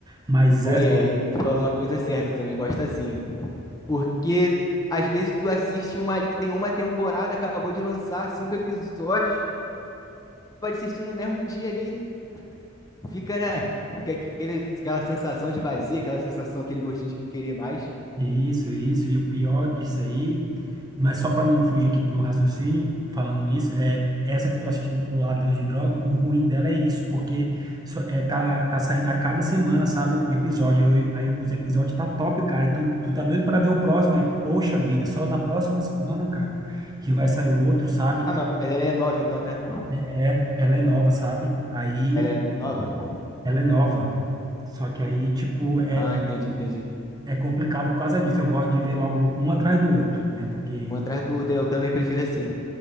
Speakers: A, on the right; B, on the left.
A: Mas
B: Ué,
A: essa,
B: aí, tu falou uma coisa certa, eu também gosto assim. Porque às vezes tu assiste uma ali que tem uma temporada, acabou de lançar cinco episódios, vai assistir no mesmo dia ali, fica, né? Fica aquele, aquela sensação de vazio aquela sensação, aquele gostinho de querer mais.
A: isso, isso, e o pior disso aí Mas só para não fugir aqui do meu raciocínio, falando nisso, é essa que eu tô assistindo, Ladrões de Droga, o ruim dela é isso, porque só- é, tá, tá saindo a cada semana, sabe, o episódio. Aí, eu- aí os episódios tá top, cara. E tu, tu tá doido para ver o próximo, aí, poxa vida, só na próxima semana, cara, que vai sair o outro, sabe?
B: Ah,
A: Então,
B: mas ela é nova então, né?
A: é, é- ela é nova, sabe? Aí
B: Ela é nova?
A: ela é nova. Só que aí, tipo, é,
B: Ah, entendi, entendi.
A: é complicado por causa disso. Eu gosto de ver logo um atrás do outro, né? Porque
B: Um atrás do outro, eu também prefiro assim.